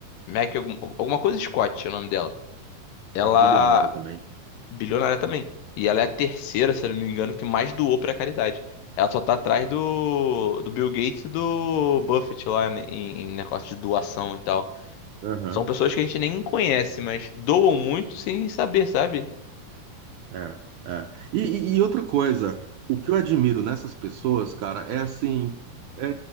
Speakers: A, on the left (about 75°); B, on the right (about 80°).
A: Mac, algum- alguma coisa Scott, é o nome dela. Ela.
B: Bilionária também.
A: Bilionária também. E ela é a terceira, se eu não me engano, que mais doou pra caridade. Ela só tá atrás do, do Bill Gates e do Buffett lá né, em, em negócio de doação e tal.
B: Aham.
A: São pessoas que a gente nem conhece, mas doam muito sem saber, sabe?
B: É, é. E, e- e outra coisa, o que eu admiro nessas pessoas, cara, é assim, é